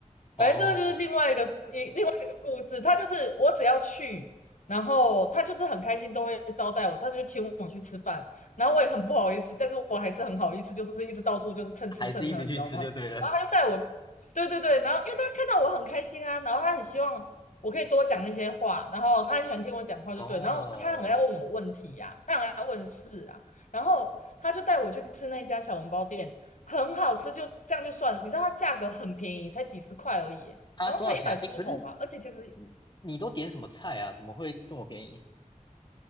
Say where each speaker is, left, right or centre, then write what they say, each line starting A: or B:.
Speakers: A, on the left; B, on the left.
A: 哦，
B: 反正这个就是另外一个事，一另外一个故事。他就是我只要去，然后他就是很开心，都会招待我，他就请我去吃饭，然后我也很不好意思，但是我还是很好意思，就是一直到处就是蹭吃蹭喝，
A: 还是一直去吃就对了。
B: 你知道吗？然后他就带我，对对对，然后因为他看到我很开心啊，然后他很希望我可以多讲一些话，然后他很喜欢听我讲话，
A: 哦，
B: 就对，然后他很爱问我问题呀、他很爱问事啊，然后他就带我去吃那家小笼包店。很好吃，就这样就算了。你知道它价格很便宜，才几十块而已，
A: 啊，
B: 好像才一百出头吧。
A: 多少钱啊？哎，可是
B: 而且其实
A: 你你都点什么菜啊？怎么会这么便宜？